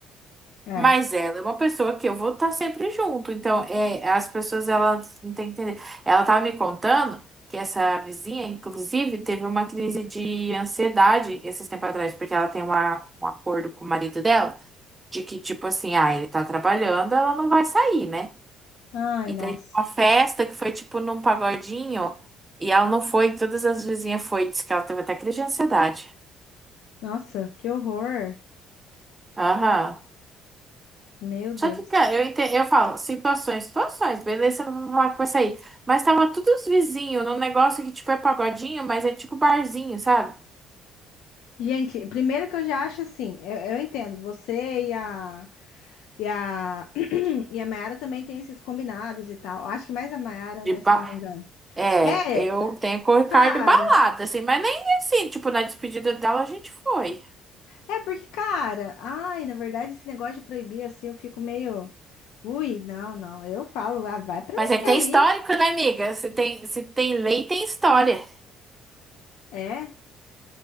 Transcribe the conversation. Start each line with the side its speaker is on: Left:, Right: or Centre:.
Left: é.
Right: Mas ela é uma pessoa que eu vou estar sempre junto. Então, é, as pessoas, elas não têm que entender. Ela tava me contando que essa vizinha, inclusive, teve uma crise de ansiedade esses tempos atrás, porque ela tem uma, um acordo com o marido dela, de que, tipo assim, ah, ele tá trabalhando, ela não vai sair, né?
Left: Ai,
Right: E
Left: nossa.
Right: daí tinha uma festa que foi tipo num pagodinho. E ela não foi, todas as vizinhas foi, disse que ela teve até crise de ansiedade.
Left: Nossa, que horror.
Right: Aham.
Left: Meu Deus.
Right: Só que, cara, eu, ente- eu falo, situações, situações, beleza, não vou falar que vai sair. Mas tava todos os vizinhos num negócio que, tipo, é pagodinho, mas é tipo barzinho, sabe?
Left: Gente, primeiro que eu já acho assim, eu, eu entendo, você e a e a <clears throat> e a Mayara também tem esses combinados e tal. Acho que mais a Mayara,
Right: De
Left: né,
Right: bar.
Left: se eu não me engano.
Right: É,
Left: É,
Right: eu tenho com o Ricardo
Left: cara.
Right: balada, assim, mas nem assim, tipo, na despedida dela a gente foi.
Left: É porque, cara, ai, na verdade esse negócio de proibir assim, eu fico meio Ui, não, não. Eu falo, ah, vai pra
Right: Mas
Left: onde
Right: é
Left: quer
Right: que tem histórico,
Left: ir.
Right: né, amiga? Se tem, se tem lei, tem história.
Left: É.